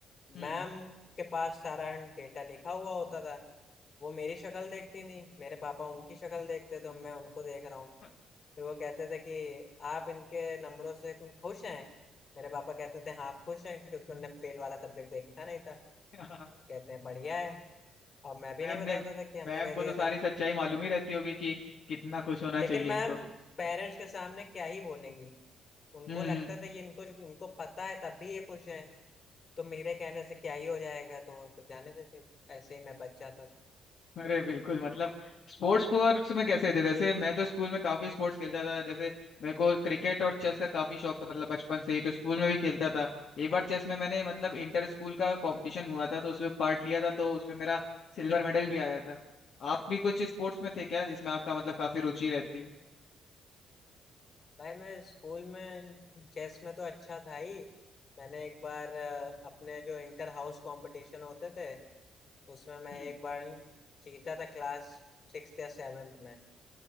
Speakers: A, on the left; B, on the left.
A: हम्म
B: मैम के पास सारा डेटा लिखा हुआ होता था वो मेरी शक्ल देखती थी मेरे पापा उनकी शक्ल देखते थे तो मैं उनको देख रहा हूँ
A: हम्म।
B: फिर वो कहते थे कि आप इनके नंबरों से खुश हैं मेरे पापा कहते थे हाँ खुश हैं क्योंकि उनने फेल वाला सब्जेक्ट देखा नहीं था
A: <laughs>
B: कहते हैं बढ़िया है और मैं भी
A: मैम
B: नहीं बताता
A: ने
B: था कि हमने
A: मैम
B: कह
A: को
B: दिया
A: तो सारी
B: था
A: सच्चाई मालूम ही रहती होगी कि कितना खुश होना
B: लेकिन
A: चाहिए
B: मैम
A: इनको
B: पेरेंट्स के सामने क्या ही बोलेंगी उनको
A: हम्म
B: लगता
A: हम्म।
B: था ये इनको इनको पता है तब भी ये खुश हैं तो मेरे कहने से क्या ही हो जाएगा तो फिर जाने देते थे। ऐसे ही मैं बच जाता था
A: अरे बिल्कुल मतलब स्पोर्ट्स स्पोर्ट्स में कैसे थे जैसे मैं तो स्कूल में काफी स्पोर्ट्स खेलता था जैसे मेरे को क्रिकेट और चेस का काफी शौक था मतलब बचपन से ही तो स्कूल में भी खेलता था एक बार चेस में मैंने मतलब इंटर स्कूल का कंपटीशन हुआ था तो उसमें पार्ट लिया था तो उसमें मेरा सिल्वर मेडल भी आया था आप भी कुछ स्पोर्ट्स में थे क्या जिसमें आपका मतलब काफी रुचि रहती हो
B: भाई मैं स्कूल में चेस में तो अच्छा था ही मैंने एक बार अ, अपने जो इंटर हाउस कंपटीशन होते थे उसमें मैं
A: हम्म
B: एक बार जीता था क्लास सिक्स या सेवेंथ में